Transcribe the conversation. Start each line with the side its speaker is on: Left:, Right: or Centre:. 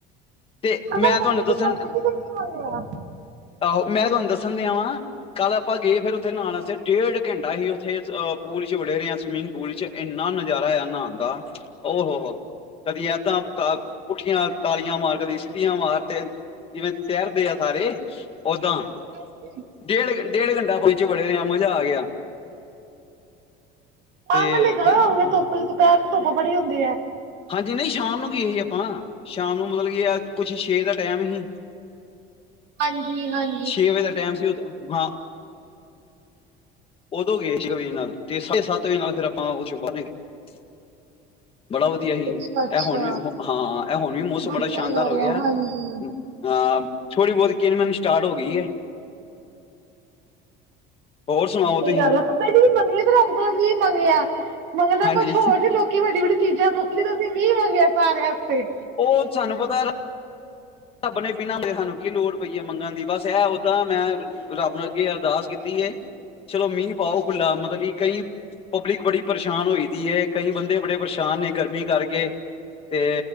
Left: ਤੇ ਮੈਂ
Right: ਮੰਗਣਾ
Left: ਤੁਹਾਨੂੰ
Right: ਸੀ
Left: ਦੱਸਣ
Right: ਕੀ ਮੰਗਿਆ
Left: ਆਹੋ ਮੈਂ ਤੁਹਾਨੂੰ ਦੱਸਣ ਡਿਆ ਵਾਂ, ਕੱਲ ਆਪਾਂ ਗਏ ਫਿਰ ਉੱਥੇ ਨਾ ਡੇਢ ਘੰਟਾ ਹੀ ਉੱਥੇ ਅਹ ਪੂਲ ਚ ਵੜੇ ਰਹੇ ਆ, ਸਵਿਮਿੰਗ ਪੂਲ ਚ ਇੰਨਾ ਨਜ਼ਾਰਾ ਆ ਨਾਂਨ ਦਾ ਉਹ ਹੋ ਹੋ ਕਦੀ ਏਦਾਂ ਤਾ ਪੁੱਠੀਆਂ ਤਾਲੀਆਂ ਮਾਰ ਕਦੀ ਸਿੱਧੀਆਂ ਮਾਰ ਤੇ ਜਿਵੇਂ ਤਾਰਦੇ ਆ ਸਾਰੇ ਓਦਾਂ।
Right: ਹਾਂ
Left: ਡੇਢ ਡੇਢ ਘੰਟਾ ਪੂਲ 'ਚ ਬੜੇ ਰਿਹਾ ਮਜ਼ਾ ਆ ਗਿਆ।
Right: ਕੰਮ
Left: ਤੇ
Right: ਨਹੀਂ ਕਰੋ
Left: ਫਿਰ
Right: ਧੁੱਪ ਦੁਪਹਿਰ ਚ ਧੁੱਪ ਬੜੀ ਹੁੰਦੀ ਹੈ।
Left: ਹਾਂਜੀ ਨਹੀਂ ਸ਼ਾਮ ਨੂੰ ਗਏ ਹੀ ਆਪਾਂ, ਸ਼ਾਮ ਨੂੰ ਮਤਲਬ ਕਿ ਆ ਕੁਛ ਛੇ ਦਾ ਟਾਈਮ ਹੀ।
Right: ਹਾਂਜੀ ਹਾਂਜੀ।
Left: ਛੇ ਵਜੇ ਦਾ ਟਾਈਮ ਸੀ ਓਦਾ, ਹਾਂ। ਓਦੋਂ ਗਏ ਛੇ ਵਜੇ ਨਾਲ, ਤੇ ਸਾਢੇ ਸੱਤ ਵਜੇ ਨਾਲ ਓਚੋ ਬੰਨ ਕੇ। ਬੜਾ ਵਧੀ ਧੀਆ ਹੀ।
Right: ਅੱਛਾ ਅੱਛਾ
Left: ਏਹ ਹੁਣ ਵੀ ਓਹੋਂ-ਅ-ਹਾਂ ਏਹ ਹੁਣ ਵੀ ਮੌਸਮ
Right: ਵਧੀਆ
Left: ਬੜਾ ਸ਼ਾਨਦਾਰ
Right: ਗੱਲ
Left: ਹੋ ਗਿਆ।
Right: ਹੈ ਹਾਂਜੀ
Left: ਹਾਂ ਥੋੜ੍ਹੀ ਬਹੁਤ ਕਿਨ ਮਿਨ ਸਟਾਰਟ ਹੋ ਗਈ ਏ। ਹੋਰ ਸੁਣਾਓ ਤੁਸੀਂ
Right: ਸਹੀ ਗੱਲ ਐ, <unintelligible> ਮੰਗਣਾ ਹੀ ਸੀ ਰੱਬ ਕੋਲੋਂ ਮੀਹ ਮੰਗਿਆ। ਮੰਗਣਾ
Left: ਹਾਂਜੀ
Right: ਕੁਝ ਹੋਰ ਸੀ ਬਸ ਕਿ ਵੱਡੀ-ਵੱਡੀ ਚੀਜ਼ਾਂ ਮੰਗਦੇ, ਤੁਸੀਂ ਮੀਹ ਮੰਗਿਆ ਸਾਰਿਆਂ ਆਸਤੇ।
Left: ਉਹ ਸਾ਼ਨੂੰ ਪਤਾ ਐ ਰਤ ਰੱਬ ਨੇ ਬਿਨਾਂ ਕਹੇ ਸਾਨੂੰ ਕੀ ਲੋੜ ਪਈ ਹੈ ਮੰਗਣ ਦੀ ਬਸ ਇਹ ਓਦਾਂ ਮੈਂ ਰੱਬ ਨੂੰ ਅੱਗੇ ਅਰਦਾਸ ਕੀਤੀ ਏ। ਚਲੋ ਮੀਂਹ ਪਾਓ ਖੁੱਲਾ ਮਤਲਬ ਕਿ ਕਈ ਪਬਲਿਕ ਬੜੀ ਪਰੇਸ਼ਾਨ ਹੋਈ ਦੀ ਹੈ। ਕਈ ਬੰਦੇ ਬੜੇ ਪਰੇਸ਼ਾਨ ਨੇ ਗਰਮੀ ਕਰਕੇ, ਤੇ